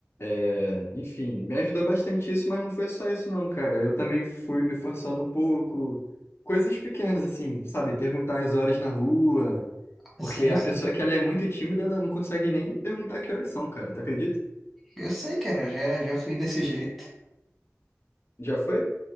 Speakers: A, on the left; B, in the centre.
A: é, enfim, me ajudou bastante isso, mas não foi só isso não, cara. Eu também fui me forçando um pouco. Coisas pequenas, assim, sabe? Perguntar as horas na rua.
B: <laughs>
A: Porque
B: Sim,
A: a
B: sim.
A: pessoa que ela é muito tímida, ela não consegue nem perguntar que horas são, cara. Tu acredita?
B: Eu sei, cara, eu já, já fui desse jeito.
A: Já foi?